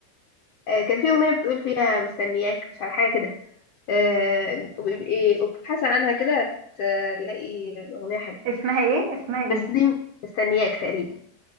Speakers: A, on the left; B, on the right.
A: آه، كان في أغنية بتقول فيها مستنياك مش عارفة حاجة كده آه، وابقي وابحثي عنها كده هتلاقي الأغنية حلوة
B: اسمها ايه اسمها ايه
A: بس دي مستنياك تقريبا